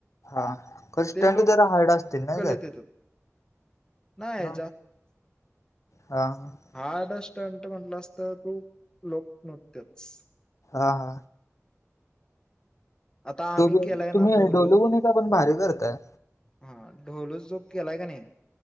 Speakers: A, on the left (about 75°); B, on the left (about 15°).
A: हा हा खर स्टंट
B: ते लोक
A: जरा हार्ड असतील ना
B: कलेत
A: त्यात?
B: येतात नाही
A: हा हा <unintelligible>
B: हा आता स्टंट म्हटलंस तर लोकनृत्यच.
A: हा हा.
B: आता आम्ही
A: तूम्ही
B: केलाय ना
A: तुम्ही
B: ढोलू
A: डोल गुणी <unintelligible> तर पण भारी करताय.
B: हा ढोलूच चोक केलाय का नाही?